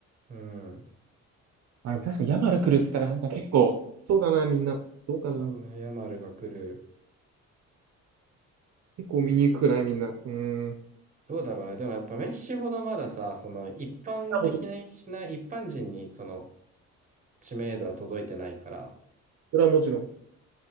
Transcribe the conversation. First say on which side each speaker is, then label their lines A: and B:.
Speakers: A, on the right; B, on the right.
A: うん。
B: あ、でも確かにヤマル来るっつったら、なんか結構、そうだな、みんな。どうかな。
A: そうね、ヤマルが来る。
B: 結構見に行くくないみんな。うん。
A: どうだろうね。でもやっぱメッシほどまださ、その一般的な、
B: あ、もちろん。
A: 一般人にその知名度は届いてないから、
B: それはもちろん。